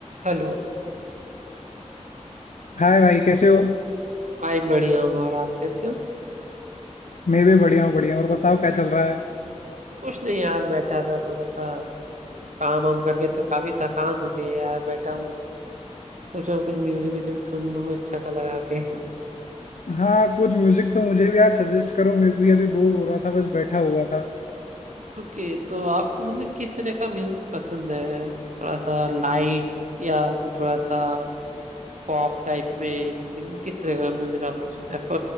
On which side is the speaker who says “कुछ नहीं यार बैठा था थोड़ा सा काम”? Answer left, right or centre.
Right